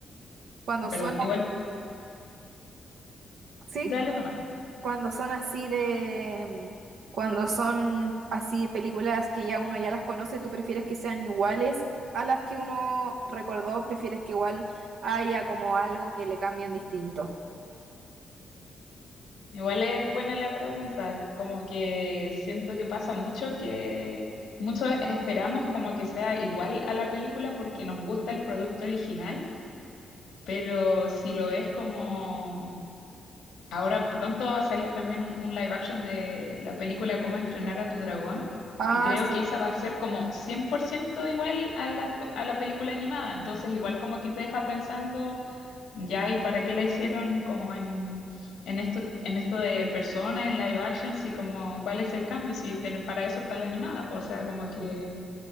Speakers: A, on the right (about 75°); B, on the left (about 80°).
A: cuando
B: perdón,
A: son...
B: igual,
A: ¿sí?
B: dale nomás.
A: cuando son así de, mm, cuando son así películas que ya uno ya las conoce, ¿tú prefieres que sean iguales a las que uno recordó? ¿Prefieres que igual haya como algo que le cambian distinto?
B: Igual es buena la pregunta. Como que siento que pasa mucho que muchos esperamos como que sea igual a la película porque nos gusta el producto original, pero si lo ves como Ahora pronto va a salir también un, un live action de la película Cómo entrenar a tu dragón
A: Ah,
B: y creo
A: sí,
B: que esa va a ser como 100% igual a la, pe- a la película animada, entonces igual como que te deja pensando ya y para qué la hicieron como en, en esto, en esto de persona, en live action, y como cuál es el cambio, si tienen, para eso está la animada, pues, o sea, como que